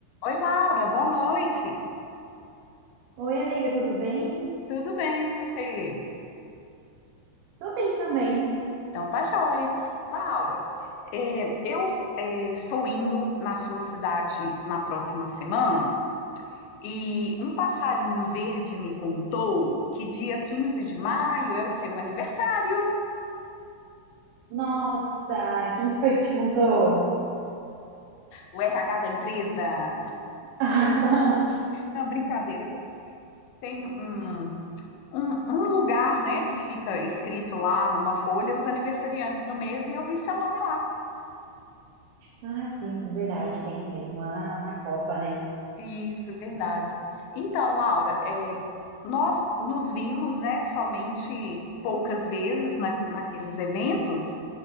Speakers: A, on the left; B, on the right.
A: Oi, Laura, boa noite.
B: Oi, amiga, tudo bem?
A: Tudo bem, e você?
B: Tô bem também.
A: Então tá joia. Laura, é, eu é, estou indo na sua cidade na próxima semana e um passarinho verde me contou que dia 15 de maio é o seu aniversário,
B: Nossa, quem que foi que te contou?
A: o RH da empresa.
B: <laughs>
A: Não, brincadeira, porque tem um, um, um lugar, né, que fica escrito lá numa folha os aniversariantes do mês e eu vi seu nome lá.
B: Ah, sim, é verdade, tem mesmo, lá na, na Copa, né?
A: Isso, verdade. Então, Laura, é, nós nos vimos, né, somente poucas vezes na, naqueles eventos,